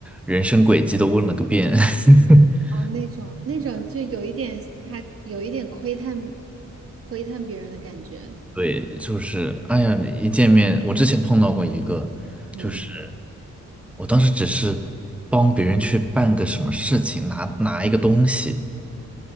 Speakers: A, in the centre; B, on the right.
A: 人生轨迹都问了个遍。<laughs>
B: 哦，那种那种就有一点他有一点窥探窥探别人的感觉，
A: 对，就是哎呀，一见面，我之前碰到过一个，
B: 嗯
A: 就是我当时只是帮别人去办个什么事情，拿拿一个东西。